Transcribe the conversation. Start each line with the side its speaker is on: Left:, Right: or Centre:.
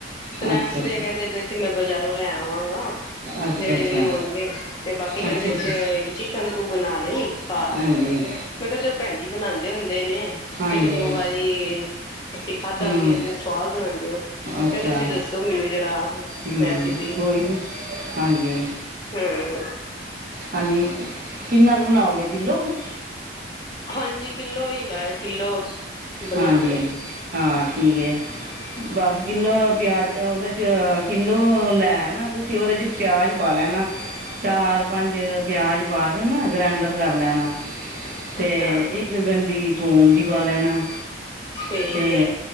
Left: ਸਨੈਕਸ
Right: ਅੱਛਾ
Left: ਜੇ ਕਹਿੰਦੇ ਪਏ ਕਿ ਮੈਂ ਬਜ਼ਾਰੋਂ ਲੈ ਵਾਂਗਾ
Right: ਅੱਛਾ
Left: ਜੇੜੇ
Right: ਅੱਛਾ ਅੱਛਾ
Left: ਵੀ ਹੋਣਗੇ ਤੇ ਬਾਕੀ ਕਹਿੰਦੇ
Right: ਅੱਛਾ ਅੱਛਾ
Left: ਏ ਈ ਚਿਕਨ ਤੂੰ ਬਣਾ ਲਈ। ਘਰ
Right: ਹਾਂਜੀ!
Left: ਮੈਂ ਕਿਹਾ ਚੋ ਪੈਣ ਜੀ ਬਣਾਦੇ ਹੁੰਦੇ ਨੇ
Right: ਹਾਂਜੀ
Left: ਇੱਕ- ਦੋ ਵਾਰੀ ਅਸੀ ਖਾਧਾ
Right: ਹੂੰ
Left: ਵੀ ਏ ਤੇ ਸਵਾਦ ਬਣਾਦੇ ਆਂ
Right: ਅੱਛਾ
Left: ਤੇ ਤੁਸੀ ਦੱਸੋ ਮੈਨੂੰ ਜਰਾ।
Right: ਹੂੰ!
Left: ਰੈਸਿਪੀ
Right: ਉਹੀ ਹਾਂਜੀ!
Left: ਹੂੰ! <unintelligible>
Right: ਹਾਂਜੀ! ਕਿੰਨਾ ਕੁ ਬਣਾਓਗੇ ਕਿੱਲੋ ਕੁ?
Left: ਹਾਂਜੀ! ਕਿੱਲੋ ਹੀ ਗਾ ਏ ਕਿੱਲੋ। ਬਣਾਉਣਾ
Right: ਹਾਂਜੀ!
Left: ਹੈ
Right: ਹਾਂ! ਠੀਕ ਏ! ਬਸ ਕਿੱਲੋ ਪਯਾਜ਼ ਉਦੇ 'ਚ ਕਿੱਲੋ ਲੈ ਨਾ ਤੁਸੀ ਉਦੇ 'ਚ। ਪਯਾਜ਼ ਪਾ ਲੈਣਾ, ਚਾਰ- ਪੰਜ ਪਯਾਜ਼ ਪਾ ਕੇ ਨਾ ਗਰੈਂਡਰ ਕਰ ਲੈਣਾ।
Left: ਅੱਛਾ
Right: ਤੇ
Left: ਅੱਛਾ
Right: ਇੱਕ ਗੰਡੀ ਥੋਮ ਦੀ ਪਾ ਲੈਣਾ।
Left: ਠੀਕ
Right: ਤੇ
Left: ਹੈ